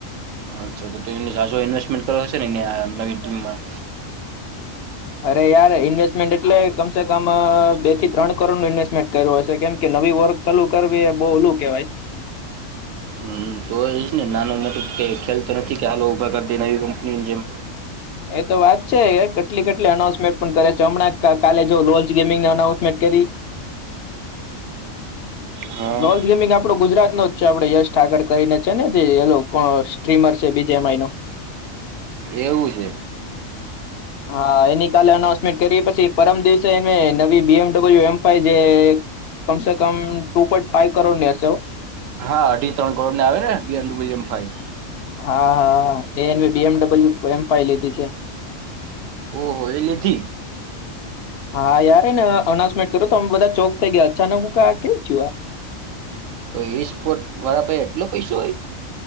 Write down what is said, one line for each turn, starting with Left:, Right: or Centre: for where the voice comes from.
Right: અચ્છા તો તેની સાચો ઇન્વેસ્ટમેન્ટ કરો છો એની આ નવી ટીમમાં.
Left: અરે યાર ઇન્વેસ્ટમેન્ટ એટલે કમસે કમ બે થી ત્રણ કરોડ નું ઇન્વેસ્ટ મે કઇર્યો હોય છે કેમ કે નવી વર્ક સાલુ કરવી એ બઉ ઓલું કેહેવાય.
Right: હમ્મ તો એજ ને નાનું મોટું કે ખેલ તો નથી ક્યા હાલો ઉભર કરતી નવી કંપનીની જેમ.
Left: એ તો વાત છે કેટલી કેટલી અનાઉન્સમેન્ટ પણ કરે છે હમણાં કા-કાલે જો લોજગેમિંગને અનાઉન્સમેન્ટ કરી.
Right: હા
Left: લોશ ગેમિંગ આપડો ગુજરાતનો જ છે. આપડે યશ ઠાકર કરીને છે ને જે એ લોક અ સ્ટ્રીમર છે. બીજે માઈનો.
Right: એવું છે.
Left: હા એની કાલે અનાઉન્સમેન્ટ કરી પછી પરમ દિવસે એને નવી B M W M five જે કમ સે કમ ટુ પોઈન્ટ ફાઇવ કરોડની હશે હો.
Right: હા અઢી-ત્રણ કરોડની આવે ને બી એમ ડબ્લ્યુ એમ ફાઈ.
Left: હા હા એને B M W M five લીધી છે.
Right: ઓહો એ લીધી.
Left: હા યાર એન અનાઉન્સમેન્ટ કરયુ તો અમ બધા ચોક થઈ ગયા અચાનક હું કા કેવું થયું આ
Right: તો ઈસ્પોટ વારા પાહે એટલો પૈસો હોય?